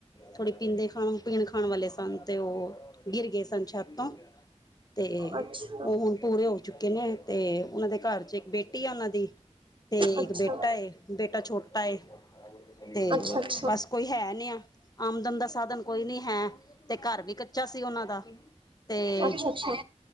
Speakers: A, on the left (about 30°); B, on the right (about 45°).
A: ਥੋੜ੍ਹੀ ਪੀਂਦੇ ਖਾਣ, ਪੀਣ-ਖਾਣ ਵਾਲੇ ਸਨ ਤੇ ਉਹ ਗਿਰ ਗਏ ਸਨ ਛਤ ਤੋਂ ਤੇ
B: ਅੱਛਾ
A: ਉਹ ਹੁਣ ਪੂਰੇ ਹੋ ਚੁੱਕੇ ਨੇ, ਤੇ ਉਹਨਾਂ ਦੇ ਘਰ'ਚ ਇੱਕ ਬੇਟੀ ਆ ਉਹਨਾਂ ਦੀ। ਤੇ
B: ਅੱਛਾ
A: ਇੱਕ ਬੇਟਾ ਏ, ਬੇਟਾ ਛੋਟਾ ਏ, ਤੇ
B: ਅੱਛਾ ਅੱਛਾ
A: ਬਸ ਕੋਈ ਹੈ ਨੀ ਆ। ਆਮਦਨ ਦਾ ਸਾਧਨ ਕੋਈ ਨੀ ਹੈ, ਤੇ ਘਰ ਵੀ ਕੱਚਾ ਸ ਸੀ ਉਹਨਾਂ ਦਾ, ਤੇ
B: ਅੱਛਾ ਅੱਛਾ